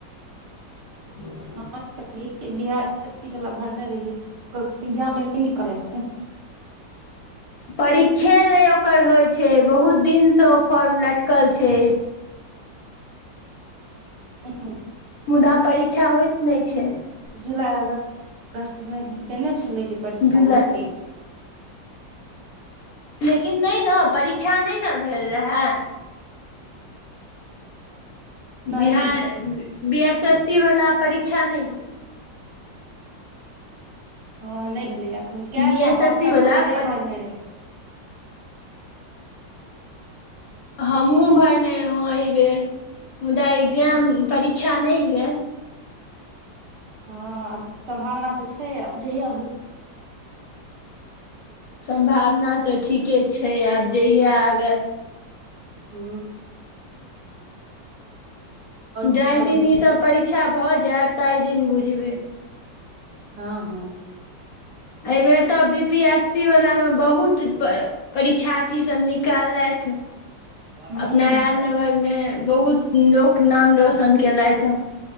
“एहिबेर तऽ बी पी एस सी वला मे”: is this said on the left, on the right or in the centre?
Left